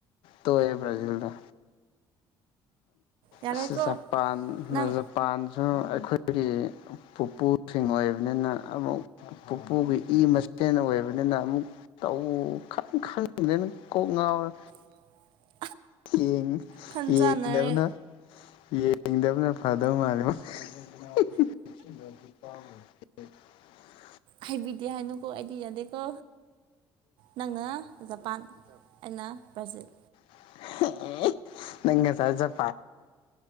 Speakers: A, on the left (about 80°); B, on the right (about 70°).
A: ꯇꯣꯛꯑꯦ ꯕ꯭ꯔꯥꯖꯤꯜꯅ
B: ꯌꯥꯔꯣꯏꯀꯣ
A: ꯑꯁ ꯖꯄꯥꯟꯅ
B: ꯅꯪ
A: ꯖꯄꯥꯟꯁꯨ ꯑꯩꯈꯣꯏꯒꯤ ꯄꯨꯄꯨꯁꯤꯡ ꯑꯣꯏꯕꯅꯤꯅ ꯑꯃꯨꯛ ꯄꯨꯄꯨꯒꯤ ꯏ ꯃꯁꯦꯟ ꯑꯣꯏ ꯂꯣꯢꯅꯅ ꯑꯃꯨꯛ ꯇꯧ ꯈꯪꯗ꯭ꯔꯦꯅꯦ ꯀꯣꯛ ꯉꯥꯎꯔ
B: <inaudible>
A: ꯌꯦꯡ
B: ꯈꯟ
A: ꯌꯦꯡꯗꯕꯅ
B: ꯆꯥꯟꯅꯔꯦ
A: ꯌꯦꯡꯗꯕꯅ ꯐꯗꯕ ꯃꯥꯜꯂꯤ ꯃꯥ <unintelligible> <unintelligible>
B: ꯍꯥꯏꯕꯤꯗꯦ ꯍꯥꯏꯅꯨꯀꯣ ꯑꯩꯗꯤ ꯌꯥꯗꯦꯀꯣ ꯅꯪꯅ ꯖꯄꯥꯟ ꯑꯩꯅ ꯕ꯭ꯔꯥꯖꯤꯜ
A: <unintelligible> ꯅꯪ ꯉꯁꯥꯏ ꯆꯠ